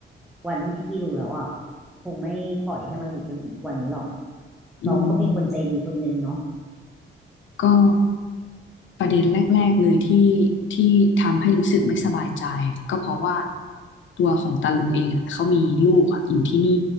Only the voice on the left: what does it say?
อืม
ก็ประเด็นแรกๆเลยที่ที่ทำให้รู้สึกไม่สบายใจอะก็เพราะว่าตัวของตาลุงเองอ่ะเขามีลูกอ่ะอยู่ที่นี่